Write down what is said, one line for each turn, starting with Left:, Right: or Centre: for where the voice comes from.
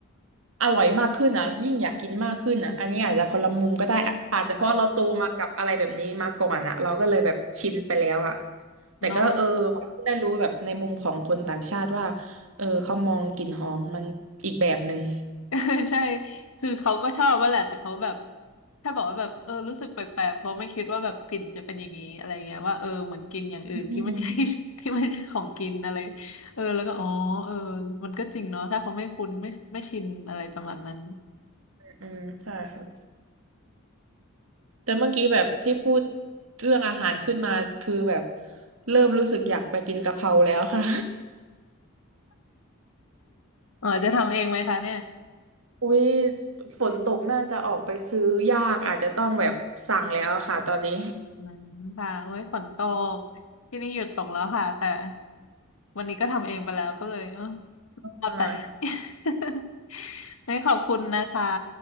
Right: อร่อยมากขึ้นอ่ะยิ่งอยากกินมากขึ้นอ่ะอันนี้อาจจะคนละมุมก็ได้อะอาจจะเพราะเราโตมากับอะไรแบบนี้มาก่อนอ่ะเราก็เลยแบบชินไปแล้วอ่ะ
Left: ค่ะ
Right: แต่ก็เออ
Left: เนาะ
Right: ได้รู้แบบในมุมของคนต่างชาติว่าเออเขามองกลิ่นหอมมันอีกแบบหนึ่ง
Left: <laughs> ใช่คือเขาก็ชอบว่าแหละ แต่เขาแบบถ้าบอกว่าแบบเออรู้สึกแปลกๆเพราะไม่คิดว่าแบบกลิ่นจะเป็นอย่างนี้อะไรเงี้ยว่าเออเหมือนกินอย่างอื่นที่ไม่ใช่
Right: อืม
Left: <laughs> ที่ไม่ใช่ของกินอะไรเออแล้วก็อ๋อเออมันก็จริงเนาะถ้าเขาไม่คุ้นไม่ไม่ชินอะไรประมาณนั้น
Right: อืมใช่ค่ะแต่เมื่อกี้แบบที่พูดเรื่องอาหารขึ้นมาคือแบบเริ่มรู้สึกอยากไปกินกะเพราแล้วค่ะ
Left: เออจะทำเองไหมคะเนี่ย
Right: อุ้ยฝนตกน่าจะออกไปซื้อยากอาจจะต้องแบบสั่งแล้วค่ะตอนนี้
Left: อืมค่ะโอ้ยฝนตกที่นี่หยุดตกแล้วค่ะแต่วันนี้ก็ทำเองไปแล้วก็เลย รอดไป
Right: อ่า
Left: <laughs> งั้นขอบคุณนะคะ